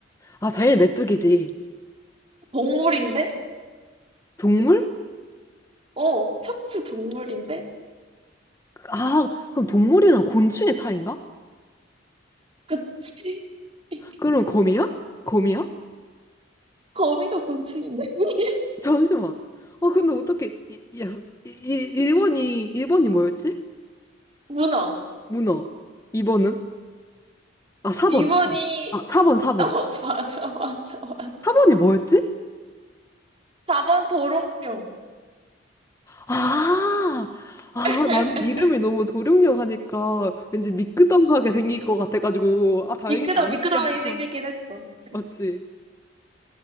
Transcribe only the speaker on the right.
동물인데?
어, 척추 동물인데?
그치? <laughs>
거미도 곤충인데? <laughs>
문어.
2번이,
어, <laughs> 맞아, 맞아, 맞아.
4번 도롱뇽.
<laughs>
미끄덩,
미끄덩하게
생기긴 했어. <laughs>